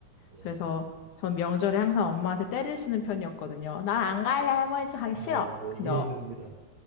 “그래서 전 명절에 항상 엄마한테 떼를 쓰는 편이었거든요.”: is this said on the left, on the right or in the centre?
Left